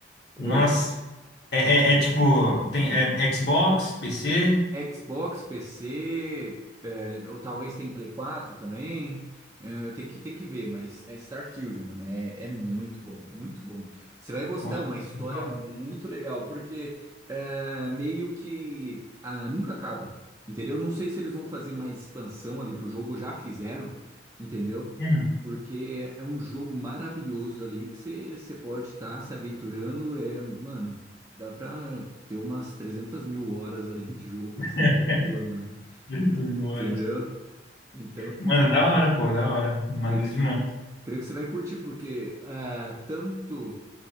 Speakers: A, on the right; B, on the left.
A: Oi?
B: nossa. É, é, é tipo, tem é, Xbox, PC.
A: Xbox, PC, é, ou talvez tem Play 4 também. É, Eu tenho que, tenho que ver, mas é Starfield, mano. É, é muito bom, muito bom. Você vai gostar,
B: Nossa,
A: é uma história
B: legal.
A: muito legal, porque é, meio que ah, nunca acaba, entendeu? Não sei se eles vão fazer mais expansão ali pro jogo, ou já fizeram, entendeu?
B: Hum.
A: Porque é um jogo maravilhoso ali que você você pode estar se aventurando. É, mano, dá pra ter umas 300 mil horas ali de jogo,
B: <laughs>
A: assim, de boa, mano.
B: Já tô mil
A: Entendeu?
B: horas.
A: Então, c-
B: Mano, da hora, pô, da hora. Maneiro
A: creio que, c-
B: demais.
A: creio que você vai curtir, porque ah, tanto,